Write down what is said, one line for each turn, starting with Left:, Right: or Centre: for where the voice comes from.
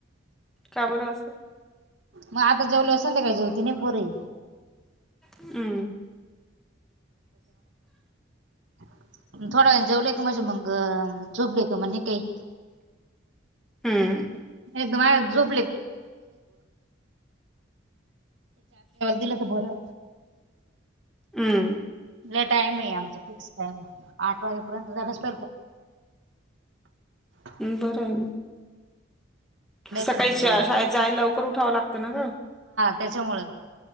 Centre: का बरं असं
Right: मग आता जेवल्यावर संध्याकाळ जेवती नय पोरी
Centre: हम्म
Right: थोड्यावेळाने जेवलो की म्हणजे मग झोप येते मनुके
Centre: हम्म
Right: <unintelligible> ते चार्जवर दिलं तर बरं.
Centre: हं.
Right: लई टाईमे आमच फिक्स टाइमाय. आठ वाजेपर्यंत झाल्यास <unintelligible>
Centre: बरं आहे मग. सकाळी
Right: तर मग
Centre: शा शाळेत जायलवकर उठावं लागतंना ग.
Right: त्याच्यामुळ